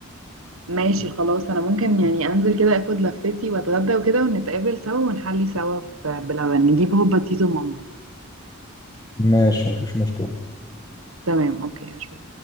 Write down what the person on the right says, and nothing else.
ماشي خلاص انا ممكن يعني انزل كده اخد لفتي واتغدى وكده ونتقابل سوا ونحلي سوا في بلبن نجيب هوبا تيتو مامبو
تمام اوكي هشوف